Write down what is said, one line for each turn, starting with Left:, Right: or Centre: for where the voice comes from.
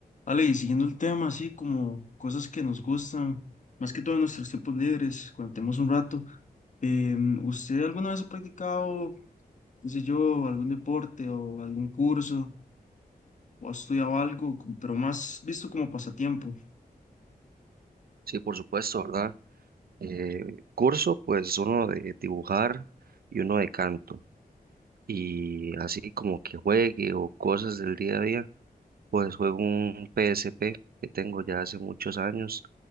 Left: Ale, y siguiendo el tema, así como cosas que nos gustan, más que todo en nuestros tiempos libres, cuando tenemos un rato, em, ¿usted alguna vez ha practicado, qué sé yo, algún deporte o algún curso o ha estudiado algo, como- pero más visto como pasatiempo?
Right: Sí, por supuesto, ¿verdad? Eh, curso, pues uno de dibujar y uno de canto. Y así como que juegue o cosas del día a día, pues juego un PSP que tengo ya hace muchos años